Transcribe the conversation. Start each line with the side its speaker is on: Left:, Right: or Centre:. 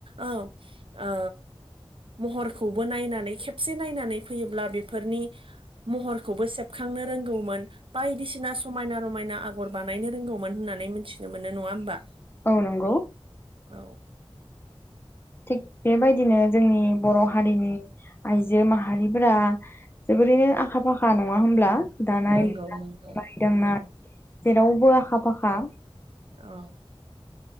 Right: औ ओ महरखौबो नायनानै खेबसे नायनानै फैयोब्ला बेफोरनि महरखौबो सेब खांनो रोंगौमोन बायदिसिना समायना रमायना आगर बानायनो रोंगौमोन होननानै मिथि नो मोनो नङा होमबा
Left: औ नंगौ
Right: औ
Left: थिग बेबायदिनो जोंनि बर' हारिनि आइजो माहारिफोरा जोबोरैनो आखा फाखा नङा होमब्ला दानाय
Right: नोंगौ नोंगौ
Left: लुनाय दांनाय
Right: औ
Left: जेरावबो आखा फाखा
Right: औ